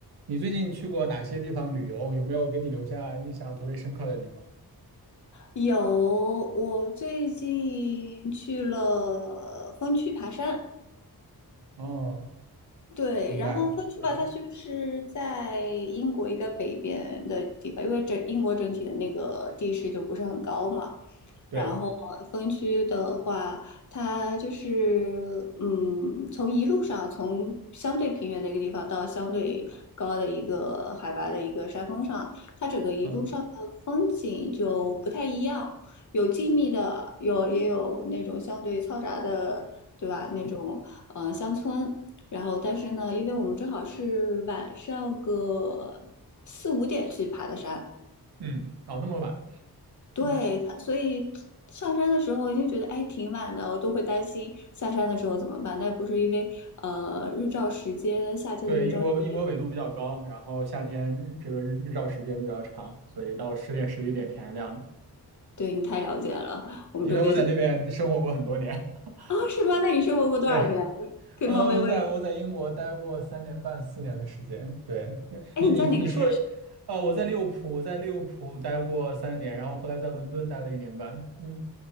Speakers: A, on the right; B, on the left.
A: 你最近去过哪些地方旅游？有没有给你留下印象特别深刻的地方？
B: 有，我最近去了峰区爬山，
A: 哦，
B: 对，
A: 明白。
B: 然后分区吧，
A: 嗯，
B: 它就是在英国一个北边的地方，因为整英国整体的那个地势就不是很高嘛。
A: 对，
B: 然后分区的话，它就是嗯，从一路上从相对平原的一个地方到相对高的一个海拔的一个山峰上，它整个一路上的风景就不太一样，
A: 嗯
B: 有静谧的，有也有那种相对嘈杂的，对吧？那种呃乡村。然后但是呢，因为我们正好是晚上个四五点去爬的山，
A: 嗯，哦，那么晚。
B: 对他，
A: 嗯，
B: 所以上山的时候就觉得哎挺晚的，我都会担心下山的时候怎么办。但不是因为呃日照时间，夏天的日照时间，
A: 对，英国英国纬度比较高，然后夏天日这个日日照时间比较长，所以到十点十一点天还亮着。
B: 对你太了解了，我们这边就是
A: 因为我在那边生活过很多年。<laughs>
B: 啊是吗？那你生活过多少年？
A: 对，
B: 可以冒昧问一下，
A: 呃，我在我在英国待过三年半四年的时间。对，
B: 哎你在哪个山？
A: 你你你说的，呃，我在利物浦，在利物浦待过三年，然后后来在伦敦待了一年半。嗯。